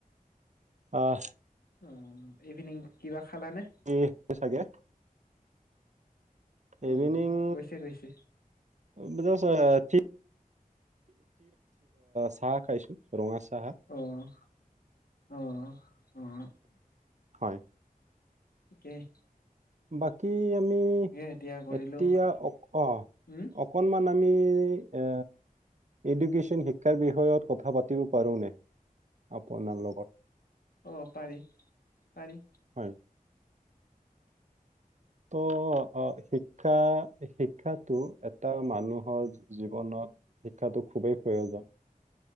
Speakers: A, on the right; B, on the left.
A: আহ
B: উ ইভিনিং কিবা খালানে?
A: এইটোৱে চাগে
B: অ'
A: ইভিনং
B: গৈছে গৈছে
A: <unintelligible> চাহ খাইছো ৰঙা চাহ।
B: অঁ অঁ অঁ, উম
A: হয়।
B: কেই।
A: বাকী আমি
B: এতিয়া কৰিলো
A: এতিয়া অ
B: উম
A: অকনমান আমি এ এডুকেশ্যন শিক্ষাৰ বিষয়ত কথা পাতিব পাৰোনে? আপোনাৰ লগত।
B: অঁ পাৰি পাৰি।
A: হয়। তো। অঁ শিক্ষা শিক্ষাটো বহুত এটা মানুহৰ জীৱনত শিক্ষাটো খুবেই প্ৰয়োজন।